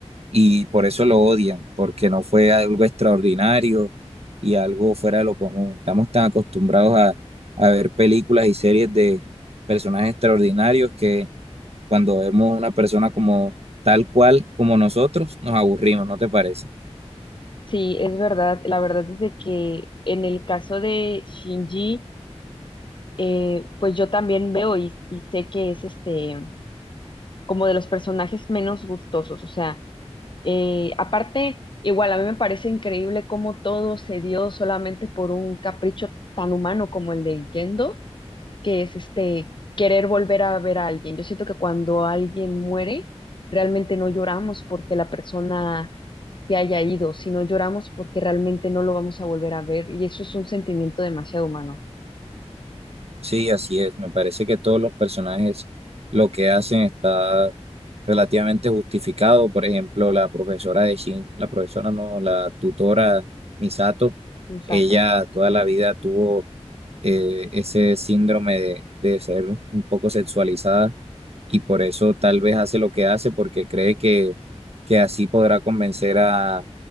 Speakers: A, on the right; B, on the left.
A: y por eso lo odian, porque no fue algo extraordinario y algo fuera de lo común. Estamos tan acostumbrados a, a ver películas y series de personajes extraordinarios cuando vemos una persona como tal cual como nosotros, nos aburrimos, ¿no te parece?
B: Sí, es verdad. La verdad es de que en el caso de Shinji, eh, pues yo también veo y, y sé que es este como de los personajes menos gustosos. O sea, eh, aparte, igual a mí me parece increíble cómo todo se dio solamente por un capricho tan humano como el de Gendo, que es este querer volver a ver a alguien. Yo siento que cuando alguien muere, realmente no lloramos porque la persona se haya ido, sino lloramos porque realmente no lo vamos a volver a ver. Y eso es un sentimiento demasiado humano.
A: Sí, así es. Me parece que todos los personajes lo que hacen está relativamente justificado. Por ejemplo, la profesora de Shin, la profesora no, la tutora Misato,
B: Exacto.
A: ella toda la vida tuvo eh, ese síndrome de, de ser un poco sexualizada y por eso tal vez hace lo que hace porque cree que, que así podrá convencer a,